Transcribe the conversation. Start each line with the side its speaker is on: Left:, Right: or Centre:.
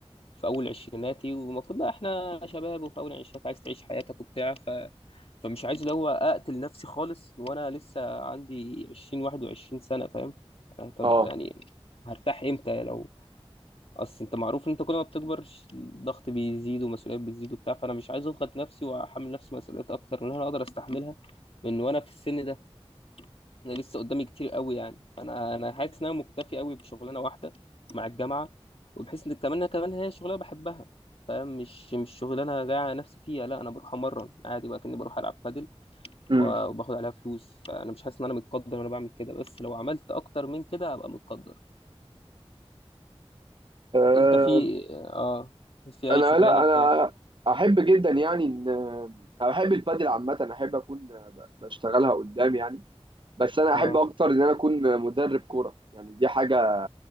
Left: في أول عشريناتي والمفروض بقى إحنا شباب وفي أول عشرينات عايز تعيش حياتك وبتاع ف... فمش عايز اللي هو أقتل نفسي خالص وأنا لسه عندي عشرين واحد وعشرين سنة فاهم أنا طب
Right: آه.
Left: يعني هرتاح إمتى لو اصل انت معروف ان انت كل ما بتكبر ش- الضغط بيزيد ومسؤوليات بتزيد وبتاع فانا مش عايز اضغط نفسي واحمل نفسي مسؤوليات اكتر من اللي انا اقدر استحملها من وانا في السن ده انا لسه قدامي كتير قوي يعني فانا انا حاسس ان انا مكتفي قوي بشغلانه واحده مع الجامعه وبحيث ان كمان كمان هي شغلانه بحبها فاهم مش مش شغلانه جاي على نفسي فيها لا انا بروح امرن عادي بقى كاني بروح العب بادل
Right: أمم.
Left: و- وباخد عليها فلوس فانا مش حاسس ان انا متقدر وانا بعمل كده بس لو عملت اكتر من كده هبقى متقدر
Right: آه،
Left: انت في اه في
Right: انا
Left: اي شغلانه
Right: لا
Left: انت
Right: انا احب جدا يعني ان آه، احب البادل عامه احب اكون آه، ب- بشتغلها قدام يعني بس انا
Left: اه
Right: احب اكتر ان انا اكون آه، مدرب كوره يعني دي حاجه